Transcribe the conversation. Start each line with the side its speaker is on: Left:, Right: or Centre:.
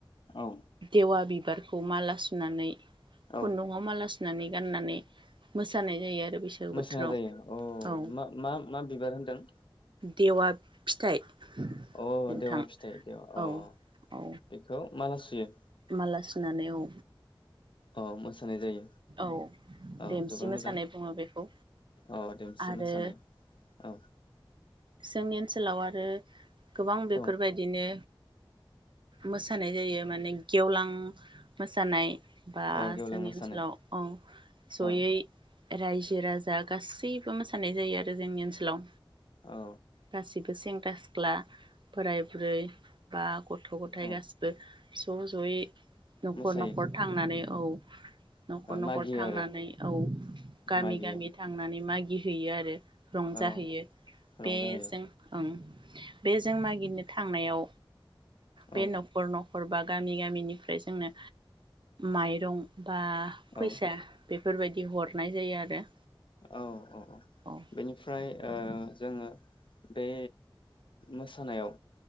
Left: औ
Right: देवा बि खौ माला सुनानै खुनदुंआव
Left: औ
Right: माला सु नानै गाननानै मोसानाय जायो आरो बैसागु
Left: मोसानाय
Right: बोथोराव
Left: जायो अ
Right: औ
Left: मा-मा मा बिबार होनदों?
Right: देवा। फिथाइ।
Left: औ
Right: नोंथां
Left: देवा फिथाइ देवा
Right: औ
Left: अ
Right: औ
Left: बेखौ माला सुयो।
Right: माला सुनानै औ।
Left: अ मोसानाय जायो
Right: औ
Left: अ
Right: देमसि
Left: जोबोर
Right: मोसानाय
Left: मोजां।
Right: बुङो बेखौ
Left: औ देमसि
Right: आरो
Left: मोसानाय औ।
Right: जोंनि ओनसोलाव आरो। गोबां बेफोरबायदिनो
Left: औ
Right: मोसानाय जायो माने गेवलां मोसानाय बा
Left: औ गेवलां
Right: जोंनि
Left: मोसानाय
Right: ओनसोलाव औ जयै
Left: औ
Right: रायजो राजा गासैबो मोसानाय जायो आरो जोंनि ओनसोलाव
Left: औ
Right: गासिबो सेंग्रा सेंग्रा सिख्ला बोराय बुरै बा गथ गथायाइ
Left: औ
Right: गासिबो ज-जयै। नखर
Left: मोसायो
Right: नखर थांनानै। औ। नखर नखर
Left: मागियो
Right: थांनानै
Left: आरो
Right: औ गामि
Left: मागियो
Right: गामि थांनानै मागियो। हैयो आरो रंजाहैयो
Left: औ रंजाहोयो
Right: बेजों ओं बे जों मागिनो थांनायाव बे
Left: औ
Right: नखरनाव। हरबा गामि गामिनिफ्राय जोंनो माइरं बा फैसा
Left: औ
Right: बेफोरबायदि हरनाय जायो आरो
Left: औ औ।
Right: औ
Left: बेनिफ्राय ओ जोङो बे मोसानायाव